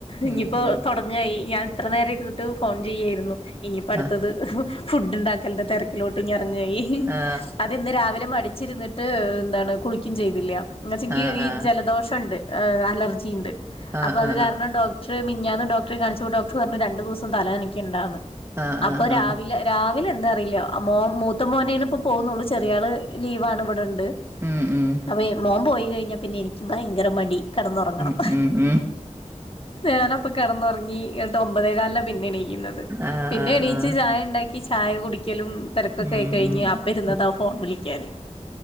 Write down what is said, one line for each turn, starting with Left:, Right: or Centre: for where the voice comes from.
Left: ഇഞ്പ്പോ
Right: ഉം ഉം
Left: തൊട്. ങ്ങയി ഞാൻ ഇത്ര നേരം ഇര്ന്ന്ട്ട് ഫോൺ ചെയ്യേര്ന്നു. ഇനിയിപ്പ അടുത്തത്
Right: ആ
Left: ഫുഡ് ഇണ്ടാക്കൽണ്ടെ തെരക്കിലോട്ട് ഇഞ് എറങ്ങായി.
Right: ആ
Left: അത് ഇന്ന് രാവിലെ മടിച്ചിര്ന്ന്. ന്നട്ട് എന്താണ് കുളിക്കും ചെയ്തില്ല ഇന്നാച്ചെങ്കി
Right: ആ ആ
Left: ഈ
Right: ആ
Left: ജലദോഷംണ്ട് ഹ് അലർജിണ്ട്.
Right: ആ
Left: അപ്പൊ അത്
Right: ആ
Left: കാരണം ഡോക്ടർ മിഞ്ഞാന്ന് ഡോക്ടറെ കാണിച്ചപോ ഡോക്ടർ പറഞ്ഞു രണ്ടു ദിവസം തല നനക്ക്യണ്ടാന്ന്.
Right: ആ ആ
Left: അപ്പൊ
Right: ആ
Left: രാവിലെ.
Right: ആ
Left: രാവിലെ എന്താ അറില്ല മോ മൂത്ത മോനേന് ഇപ്പോ പോവുന്നുള്ളൂ ചെറിയാള് ലീവാണ് ഇവിടെണ്ട്.
Right: ഉം ഉം
Left: അപ്പയെ മോൻ പോയി കഴിഞ്ഞാ പിന്നെ എനിക്ക്‌ ബൈങ്കര മടി കെടന്നൊറങ്ങണം.
Right: ഉം ഉം.
Left: ഞാനപ്പോ കെടന്നൊറങ്ങി എന്നിട്ട് ഒമ്പതേ കാൽന പിന്നെ എണീക്ക്ന്നത്.
Right: ആ
Left: പിന്നെ
Right: ആ
Left: എണീച്ച്
Right: ആ
Left: ചായ ഇണ്ടാക്കി ചായ കുടിക്കലും തെരക്കൊക്കെ
Right: ഉം
Left: കഴിഞ്ഞ്
Right: ഉം
Left: അപ്പം ഇരുന്നത ഫോൺ വിളിക്കാന്.